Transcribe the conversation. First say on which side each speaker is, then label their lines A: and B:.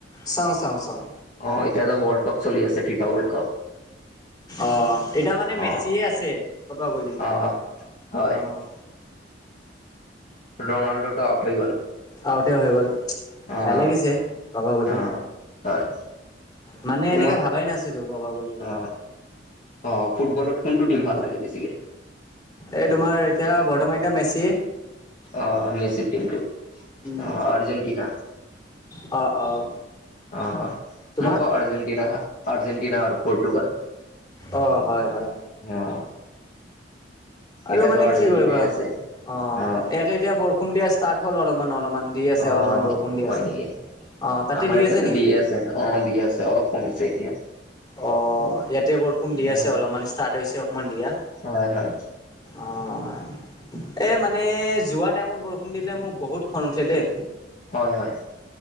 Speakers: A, on the left (about 25°); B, on the left (about 45°).
A: চাওঁ চাওঁ
B: এতিয়াটো
A: চাওঁ।
B: ৱৰ্ল্ড কাপ চলি আছে ফিফা ৱৰ্ল্ড কাপ।
A: অ', এতিয়া মানে মেচিয়ে
B: অ',
A: আছে ক'ব গ'লি
B: অ', হয়।
A: অ'।
B: ৰনাল্ডো টো আউট হৈ গল।
A: আউতে হৈ গ'ল
B: অ',
A: বেয়া লাগিছে ক'ব গ'লি।
B: অ', হয়।
A: মানে
B: তোমাক
A: এনেকা ভাবাই নাছিলোঁ, কবা বুলি ৰ।
B: অ অ', ফুটবলত কোনটো টিম ভাল লাগে বেছিকে?
A: এই তোমাৰ এতিয়া বৰ্তমান এতিয়া মেচি
B: অ মেচিৰ টিমটো অ
A: উম,
B: আৰ্জেণ্টিনা।
A: অ', অ'।
B: অ',
A: তোমাক
B: মোক আৰ্জেণ্টিনা -আৰ্জেণ্টিনা আৰু পৰ্টুগাল।
A: অ', হয়, হয়।
B: অ'।
A: আৰু
B: এতিয়াতো
A: মানে
B: আৰ্জেণ্টিনাই
A: কি কৰিবা অ
B: আছে অ
A: ইয়াতে এতিয়া বৰষুণ দিয়া ষ্টাৰ্ট হল অলপমান অলপমান দি আছে
B: অ
A: অলপমান বৰষুণ দি
B: হয়
A: আছে
B: নেকি
A: অ তাতে
B: আমাৰ
A: দি
B: এতিয়াতো
A: আছে নেকি?
B: অ', দি আছে অলপ কমিছে এতিয়া।
A: অ', ইয়াতে বৰষুণ দি
B: অ
A: আছে অলপমান ষ্টাৰ্ট হৈছে অকমান দিয়া।
B: হয়, হয়।
A: অ'। এই মানে যোৱা টাইমত বৰষুণ দিলে মোক বহুত খং উঠে দেই।
B: হয়, হয়।